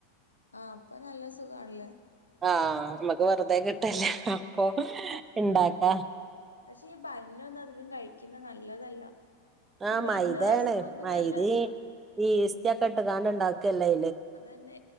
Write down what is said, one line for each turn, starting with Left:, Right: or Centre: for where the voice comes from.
Left: ആ അപ്പൊ നല്ല സുഖാണല്ലേ
Right: ആ നമ്മക്ക് വെറുതെ കിട്ടല്ല അപ്പൊ ഇണ്ടാക്ക
Left: പക്ഷെ ഈ ബന്നൊന്നും അധികം കഴിക്കുന്ന നല്ലതല്ല
Right: ആ
Left: ഈ ബന്നും
Right: മൈദയാണ്
Left: റസ്ക്കും ഒന്നും
Right: മൈദ
Left: നല്ലതല്ല
Right: ഈ ഇസ്റ്റക്കെ ഇട്ട് താണ്ട് ഇണ്ടാക്കല്ലേ
Left: അതന്നെ